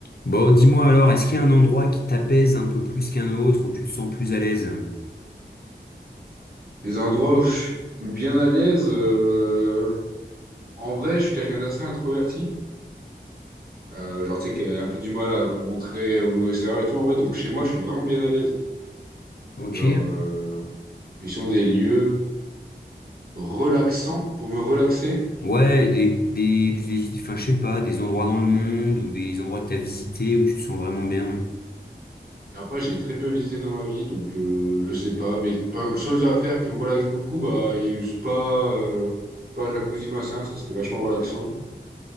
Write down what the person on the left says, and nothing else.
Bon, dis-moi alors, est-ce qu'il y a un endroit qui t'apaise un peu plus qu'un autre, où tu te sens plus à l'aise?
Ok,
Ouais, des, des, des- des- enfin, je sais pas, des endroits dans le monde, ou des endroits que t'as visités, où tu te sens vraiment bien.